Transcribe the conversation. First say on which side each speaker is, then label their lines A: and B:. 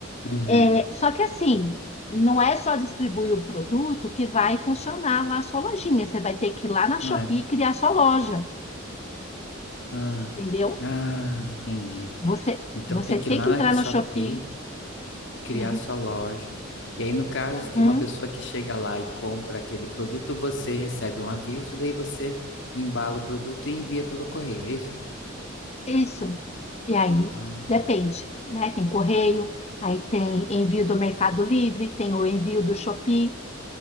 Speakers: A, on the left; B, on the left.
A: Uhum.
B: É, só que assim, não é só distribuir o produto que vai funcionar lá a sua lojinha. Você vai ter que ir lá na
A: Não
B: Shopee
A: é?
B: e criar sua loja,
A: Ah,
B: entendeu?
A: ah, entendi.
B: Você,
A: Então
B: você
A: tem que
B: tem
A: ir lá
B: que
A: na
B: entrar na
A: Shopee,
B: Shopee.
A: criar
B: Uhum,
A: sua loja. E aí, no caso,
B: uhum,
A: que uma pessoa que chega lá e compra aquele produto, você recebe um aviso, daí você embala o produto e envia pelo correio, é isso?
B: isso. E aí,
A: Ah,
B: depende, né? Tem correio, aí tem envio do Mercado Livre, tem o envio do Shopee,